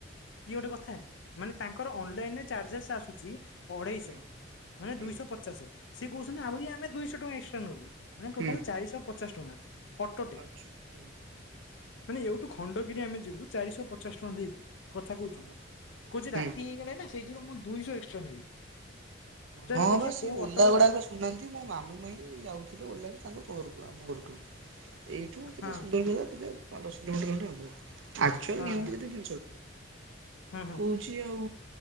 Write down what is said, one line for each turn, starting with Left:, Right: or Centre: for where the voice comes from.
Left: ଇଏ ଗୋଟେ କଥା ନା ମାନେ ତାଙ୍କର ଅନଲାଇନରେ ଚାର୍ଜେସ୍ ଆସୁଛି ଅଢେଇଶହ
Right: ହୁଁ
Left: ମାନେ
Right: ଆଜ୍ଞା
Left: ଦୁଇଶହ ପଚାଷେ ସିଏ କହୁଛନ୍ତି ଆହୁରି ଆମେ ଦୁଇଶହ ଟଙ୍କା ଏକ୍ସଟ୍ରା ନବୁ। ମାନେ ଟୋଟାଲ୍
Right: ହୁଁ
Left: ଚାରିଶ ପଚାଶ ଟଙ୍କା। ଅଟୋଟେ
Right: ଆଚ୍ଛା ହୁଁ ହଁ।
Left: ମାନେ ଏଇଠୁ ଖଣ୍ଡଗିରି ଆମେ ଯିବୁ ଚାରିଶହ ପଚାଶ ଟଙ୍କା ଦେଇକି। କଥା କହୁଚୁ
Right: ହଁ ହଁ
Left: କହୁଚି
Right: ହୁଁ
Left: ରାତି ହେଇଗଲା ନା ସେଇଯୋଗୁ ମୁଁ ଦୁଇଶ ଏକ୍ସଟ୍ରା ନେବି। ଚାଲ
Right: ହଁ
Left: ଦେଖିବା
Right: ବା ସେ
Left: କୋଉ
Right: ଉଲା
Left: ଅଟୋ ବାଲା
Right: ଗୁଡାକ। ଶୁଣୁନାହାନ୍ତି ମୋ ମାମୁଁ ମାଇଁ ଯାଉଥିଲେ ଓଲାରେ ତାଙ୍କ ଘରକୁ ଆମ ଘରଠୁ। ଏଇଠୁ କେତେ
Left: ହଁ
Right: ସୁନ୍ଦରଗଡ କେତେ ପା ଦଶ କିଲୋମିଟର ଖଣ୍ଡେ ହବ ଆକ୍‌ଚାଲି
Left: ହଁ
Right: ନିଅନ୍ତି
Left: ହଁ
Right: କେତେକି?
Left: ହଁ ହଁ।
Right: କହୁଚି ଆଉ